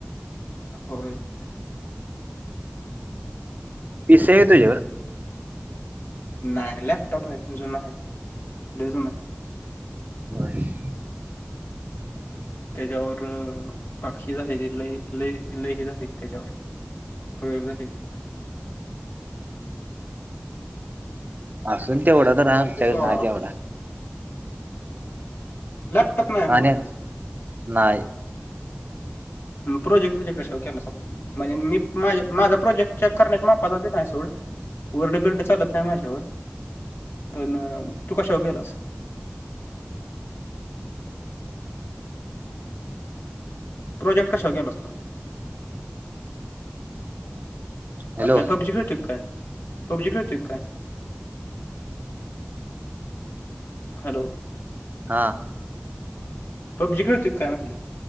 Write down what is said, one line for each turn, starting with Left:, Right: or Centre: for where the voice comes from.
Left: <unintelligible>
Right: पिसे आहे तुझ्याकडं?
Left: नाही लॅपटॉप आहे पण जुना आहे लय जुना आहे.
Right: <unintelligible>
Left: त्याच्यावर पाक्षी झालेली आहे लई लई लई हे झालेत त्याच्यावर <unintelligible>
Right: असून तेवढा
Left: मला
Right: तर
Left: वाटते
Right: आमच्या
Left: सोळा
Right: नाग एवढा.
Left: लॅपटॉप नाही भावा
Right: आणि
Left: तुझ्याकड
Right: नाही
Left: प्रोजेक्ट बीजेक्ट कशावर केला सा? म्हणजे मी माझ माझा प्रोजेक्ट चेक करण्याच्या मापातच म्या सोड. वर्ड बिर्ड चालत नाही माझ्यावर पण तू कशावर केलास? प्रोजेक्ट कशा केलास तूआ?
Right: हॅलो
Left: अर काय पब्जी खेळतोय काय? पब्जी खेळतोय काय? हॅलो
Right: हा
Left: पब्जी खेळतोय काय म्हणलं.